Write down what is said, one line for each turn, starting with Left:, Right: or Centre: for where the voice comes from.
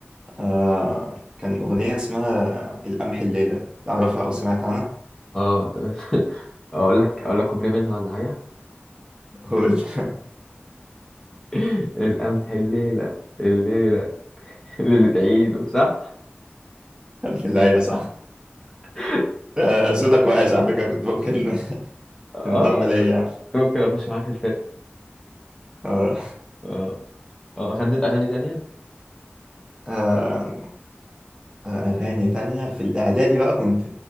Right: آه كان اغنيه اسمها القمح الليله تعرفها او سمعت عنها
Left: اه طيب. <laughs> اقول لك اقول لك كوبلي منها ولا حاجه
Right: قول <laughs>
Left: <laughs> القمح الليله الليله <laughs> اللي تعيده صح
Right: ابن اللعيبه صح
Left: <laughs>
Right: آه، صوتك وحش على فكره كنت ممكن <laughs>
Left: اه
Right: تنضم ليا
Left: كنت
Right: يعني
Left: ممكن اخش معاك في الفرقه
Right: آه،
Left: اه اه غنيت اغاني تانية
Right: آه، اغاني تانية في الاعدادي بقى كنت